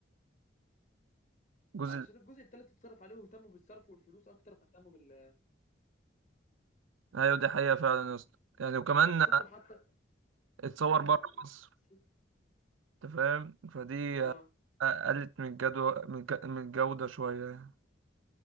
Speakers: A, on the right (about 85°); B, on the left (about 40°).
A: الجزء
B: عشان الجزء التالت اتصرف عليه واهتموا بالصرف والفلوس اكتر ما اهتموا بال
A: ايوه دي حقيقة فعلا يا اسطى يعني وكمان
B: قصته حتى
A: اتصور
B: اه
A: بره
B: قصته-
A: مصر انت فاهم فدي
B: اه
A: قلت من الجدوى من الج- من الجودة شوية يعني